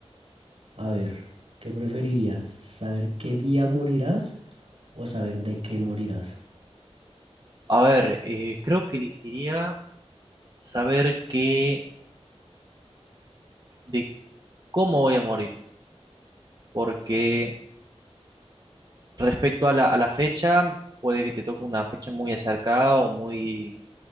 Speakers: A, on the right (about 70°); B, on the right (about 40°).
A: A ver, ¿qué preferirías? ¿Saber qué día morirás? o saber de qué morirás.
B: A ver, eh, creo que elegiría saber qué, de cómo voy a morir, porque respecto a la, a la fecha, puede que te toque una fecha muy acercada o muy,